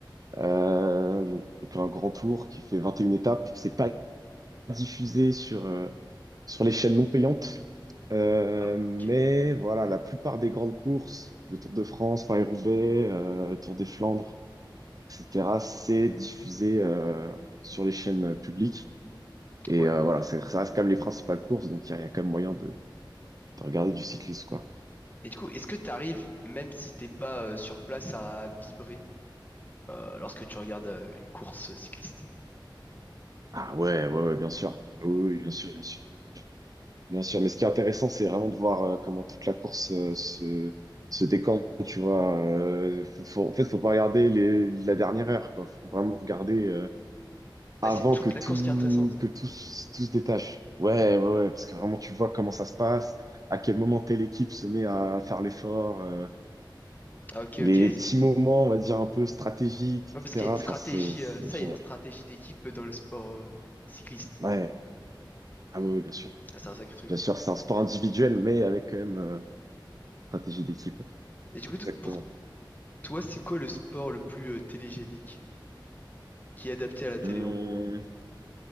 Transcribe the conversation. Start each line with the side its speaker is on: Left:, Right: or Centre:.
Right: Euh, donc, un grand tour qui fait 21 étapes. C'est pas diffusé sur. euh, sur les chaînes non payantes. Euh,
Left: Ah, ok.
Right: mais voilà, la plupart des grandes courses, le Tour de France, Paris-Roubaix, euh, le Tour des Flandres, etc., c'est diffusé euh, sur les chaînes publiques. Et
Left: Ouais.
Right: euh, voilà, c'est- ça reste quand même les principales courses, donc il y, a il y a quand même moyen de, de regarder du cyclisme, quoi.
Left: Et du coup, est-ce que tu arrives, même si t'es pas euh, sur place, à vibrer euh, lorsque tu regardes euh, une course euh, cycliste?
Right: Ah ouais, ouais, ouais, bien sûr. Oui, oui, bien sûr, bien sûr. Bien sûr, mais ce qui est intéressant, c'est vraiment de voir euh, comment toute la course euh, se, se décante, tu vois. Euh, faut, faut- en fait, faut pas regarder les, la dernière heure, quoi. Faut vraiment regarder... euh, avant
Left: Ah, c'est toute
Right: que tout,
Left: la course qui est intéressante.
Right: que tout, s- tout se détache. Ouais, ouais, ouais, parce que vraiment, tu vois comment ça se passe, à quel moment telle équipe se met à faire l'effort, euh,
Left: Ah, ok,
Right: les,
Left: ok. Ouais,
Right: les petits moments, on va dire, un peu stratégiques,
Left: parce
Right: etc.
Left: qu'il y a une
Right: Enfin,
Left: stratégie,
Right: c'est, c'est
Left: euh, ça,
Right: génial.
Left: il y a une stratégie d'équipe dans le sport euh, cycliste.
Right: Ouais, ah oui, bien sûr.
Left: Ah, c'est un sacré truc.
Right: Bien sûr, c'est un sport individuel, mais avec quand même euh, stratégie d'équipe.
Left: Et du coup, t-
Right: Exactement.
Left: pour Toi, c'est quoi le sport le plus euh, télégénique qui est adapté à la télé
Right: Hum,
Left: en gros?